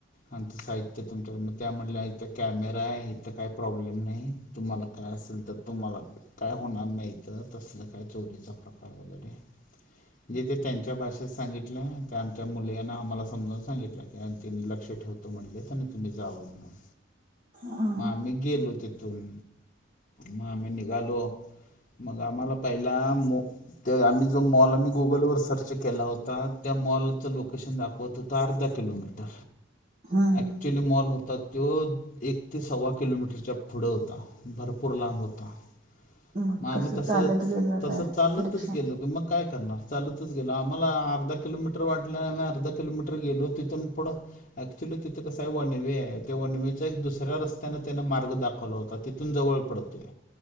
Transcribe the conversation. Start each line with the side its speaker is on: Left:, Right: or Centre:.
Left: आमचं साहित्य तुमच्याक, म त्याम्हणल्या इथ कॅमेरा आहे इथं काही प्रॉब्लेम नाही. तुम्हाला काय असेल त तुम्हाला काय होणार नाही इथं तसलं काय चोरीचा प्रकार वगैरे. जे ते त्यांच्या भाषेत सांगितल, त्यां आमच्या मुलीं आहे ना आम्हाला समजाऊन सांगितल त्यानं तिनं लक्ष ठेवतो म्हणले त्यांनी तुम्ही जावा म्हणून.
Right: हम्म
Left: म आमी गेलो तीथून म आमी निघालो मग आम्हाला पहिला मो ते आम्ही जो मॉल आम्ही गुगलवर सर्च केला होता, त्या मॉलचं लोकेशन दाखवत होत त अर्धा किलोमीटर,
Right: हम्म
Left: ॲक्च्युली मॉल होता तो एक ते सव्वा किलोमीटरच्या पुढं होता भरपूर लांब होता.
Right: मग
Left: म आम्ही
Right: कसं
Left: तसच
Right: चालत गेलं
Left: तस
Right: काय
Left: चालतच
Right: रिक्षा
Left: गेलो. मग काय करणार चालतच गेलो, आम्हाला अर्धा किलोमीटर वाटलं आम्ही अर्धा किलोमीट र गेलो तिथून पुढं अऍक्च्युअली तिथं कसं आहे वनवे आहे त्या वनवेचा एक दुसऱ्या रस्त्याने त्यान मार्ग दाखवला होता. तिथून जवळ पडतय.